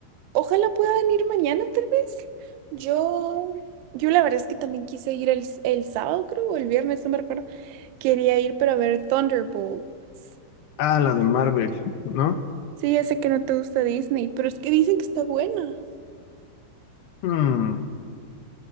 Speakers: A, on the right (about 80°); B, on the left (about 70°).
A: ojalá pueda venir mañana, tal vez. Yo, yo la verdad es que también quise ir el, s- el sábado, creo, o el viernes, no me recuerdo. Quería ir para ver Thunderbolts.
B: ah, la de Marvel, ¿no?
A: Sí, ya sé que no te gusta Disney, pero es que dicen que está buena.
B: Hmm,